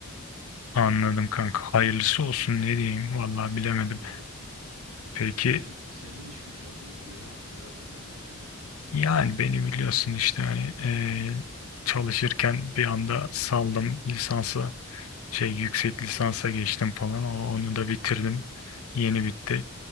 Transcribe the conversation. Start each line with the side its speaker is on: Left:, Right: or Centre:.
Left: Anladım kanka. Hayırlısı olsun ne diyeyim vallahi bilemedim.
Right: İnşallah dostum.
Left: Peki
Right: Sen, senin iş güç nasıl gidiyor ya? Asıl biraz da sen bahset.
Left: yani beni biliyorsun işte hani e, çalışırken bir anda saldım lisansı. şey yüksek lisansa geçtim falan. O- Onu da bitirdim.
Right: Hı hı.
Left: Yeni bitti.